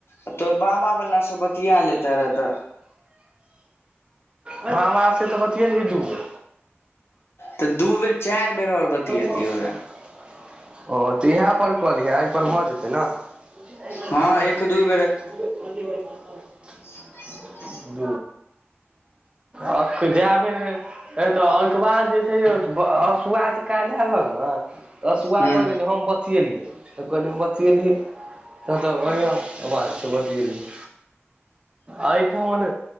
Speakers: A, on the left; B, on the right.
A: तोहर बाबा वाला से बतिया ले ताहरा त
B: ब हमा से <unintelligible> तऽ बतियए ने दू ग
A: तऽ दू बेर चारि बेर आओर बतियतियौ
B: ह
A: रहे
B: <inaudible> ओ तऽ इएह पर कऽलिहे एहिपर भऽ जेतै ने <unintelligible>
A: हँ एक दू ज
B: <inaudible> आब जाबे रहै हे तऽ ओहिके बाद जे छै यौसुआ जे काल्हि अलग ने तऽसुआ
A: हूँ
B: कहै रहै जे हम बतिएलिए तऽ कहली हम बतिएली त तऽ बढ़ियां आवाज छै बतीयेलही एहिठामन